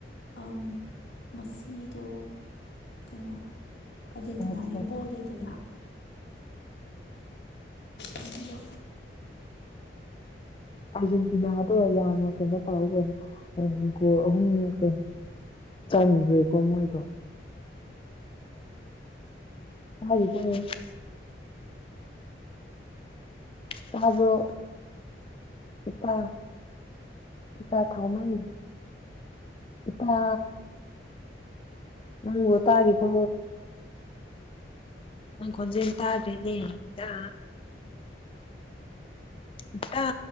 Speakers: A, on the left; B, on the left.
A: ꯑꯝ ꯉꯁꯤꯗꯣ ꯀꯩꯅꯣ ꯑꯔꯖꯦꯟꯇꯤꯅꯥꯒꯤ
B: ꯃꯦꯠꯁꯅꯦꯗ
A: ꯕꯣꯜ ꯂꯩꯗꯅ ꯑꯗꯨꯗꯣ
B: ꯑꯥꯔꯖꯦꯟꯇꯤꯅꯥꯗꯣ ꯌꯥꯝꯅ ꯀꯩꯅꯣ ꯇꯧꯔꯗꯣꯏꯅꯦ ꯑꯝ ꯒꯣꯜ ꯑꯍꯨꯝ ꯀꯩꯅꯣ ꯆꯥꯟꯒ꯭ꯔꯦꯀꯣ ꯃꯣꯏꯗꯣ ꯍꯥꯏꯕꯤ <inaudible> ꯇꯥꯕ꯭ꯔꯣ ꯏꯇꯥ ꯏꯇꯥ ꯊꯥꯎꯃꯥꯏ ꯢꯇꯥ ꯅꯪꯕꯨ ꯇꯔꯤꯕꯣ ꯅꯪ ꯈꯣꯟꯖꯦꯜ ꯇꯥꯗꯔꯦꯅꯦ ꯢꯇꯥ ꯏꯇꯥ